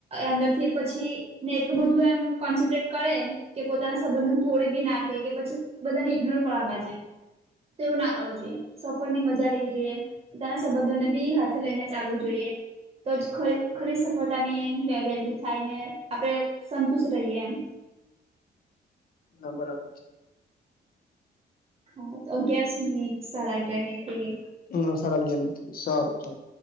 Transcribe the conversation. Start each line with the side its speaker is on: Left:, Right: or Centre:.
Right: અંદરથી પછીને એટલું બધું એમ કોન્સન્ટ્રેટ કરે કે પોતાના સંબંધને તોડી બી નાખે કે પછી બધાને ઈગ્નોર કરવા બાજે. તેવુંના કરવું જોઈએ, સફરની મજા લેવી જોઈએ. પોતાના સંબંધોને બી હાથે લઈને ચાલવું જોઈએ. તો જ ખરી ખરી સફળતાની વે વેલ્યુ થાય ને આપડે સંતુષ્ટ રહીએ એમ.
Left: ના બરાબર છે.
Right: હુ તો અગિયાર મિનિટ, સાડા અગિયાર મિનિટ થઈ ગઈ.
Left: ના સાડા અગિયાર સારું ચાલો.